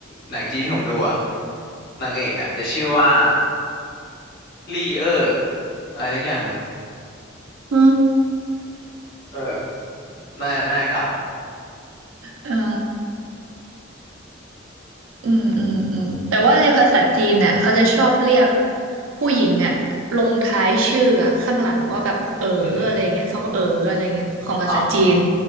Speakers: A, on the left (about 55°); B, on the right (about 80°).
A: หนังจีนที่ผมดูอ่ะนางเอกอ่ะจะชื่อว่าลี่เออร์อะไรทักอย่างหนึ่ง
B: อืม
A: เออน่าน่าเก่า
B: อ๋อ อืมอืมอืมแต่ว่าในภาษาจีนน่ะเขาจะชอบเรียกผู้หญิงอ่ะลงท้ายชื่ออะข้างหลังว่าแบบเอออะไรเงี้ยคำว่าเอออะไรเงี้ยของภาษาจีน
A: <laughs> อือหืออ้าว